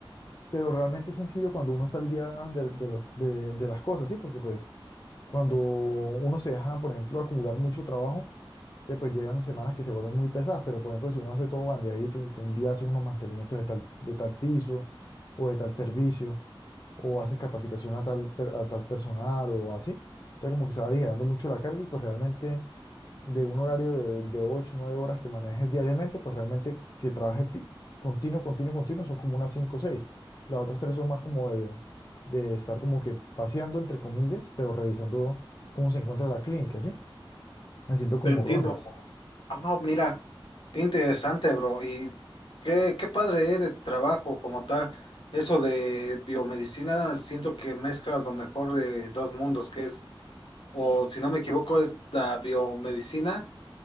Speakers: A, on the left; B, on the left.
A: pero realmente es sencillo cuando uno está al día de, de los, de de las cosas, ¿sí? Porque pues cuando uno se deja, por ejemplo, acumular mucho trabajo, te pues llegan semanas que se vuelven muy pesadas, pero por ejemplo, si uno hace todo bandeadito, que un día haces unos mantenimientos de tal, de tal piso o de tal servicio, o haces capacitación a tal, per- a tal personal o así, entonces como que se va aligerando mucho la carga y pues realmente de un horario de, de 8 9 horas que manejes diariamente, pues realmente que trabajes fi- continuo, continuo, continuo son como unas cinco o seis Las otras tres son más como de, de estar como que paseando, entre comillas, pero revisando cómo se encuentra la clínica, ¿sí? Haciendo como
B: Te entiendo.
A: rondas.
B: Ah, mira, qué interesante, bro, y qué, qué padre es de tu trabajo como tal. Eso de biomedicina, siento que mezclas lo mejor de dos mundos, que es, o si no me equivoco, es la biomedicina,